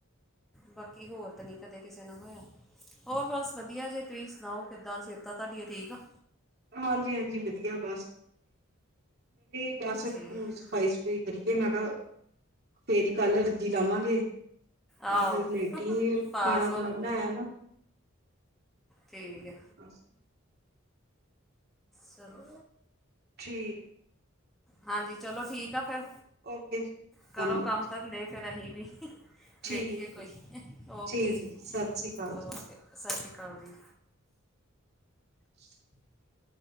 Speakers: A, in the centre; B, on the right (about 50°).
A: ਬਾਕੀ ਹੋਰ ਤਾਂ ਨਈਂ ਕਦੇ ਕਿਸੇ ਨਾ ਹੋਇਆ, ਹੋਰ ਬਸ ਵਧੀਆ ਜੇ ਤੁਸੀਂ ਸੁਣਾਓ ਕਿੱਦਾਂ ਸੇਹਿਤਾਂ। ਤਾਡੀਆਂ ਠੀਕ ਆ।
B: ਹਾਂਜੀ ਹਾਂਜੀ, ਵਧੀਆ ਬਸ। <unintelligible> ਬਸ ਹੁਣ
A: ਠੀਕ
B: ਸਫਾਈ-ਸੂਫੁਈ ਕਰੀਏ ਮੈਂ ਕਿਆ, ਫੇਰ ਈ ਕਲ ਅਰਜ਼ੀ ਲਾਵਾਂਗੇ।
A: ਆਹੋ
B: ਬਸ ਲੇਟੀ,
A: ਪਾਸ
B: ਖਾਣਾ-ਖੁਣਾ
A: ਹੋ ਜੂਗੀ
B: ਬਣਾਇਆ ਨਾਂ।
A: ਠੀਕ ਐ।
B: <inaudible>
A: ਚਲੋ।
B: ਠੀਕ।
A: ਹਾਂਜੀ, ਚਲੋ ਠੀਕ ਆ ਫਿਰ।
B: ਓਕੇ ਜੀ
A: ਕਰੋ
B: ਧੰਨਵਾਦ
A: ਕੰਮ
B: ਜੀ
A: ਧੰਦੇ। ਫਿਰ ਅਹੀਂ ਵੀ, ਵੇਖੀਏ
B: ਠੀਕ ਹੈ
A: ਕੋਈ,
B: ਜੀ
A: ਓਕੇ
B: ਠੀਕ
A: ਜੀ,
B: ਹੈ ਸਤਿ ਸ਼੍ਰੀ ਅਕਾਲ ਜੀ।
A: ਓਕੇ। ਸਤਿ ਸ਼੍ਰੀ ਅਕਾਲ ਜੀ।
B: <inaudible>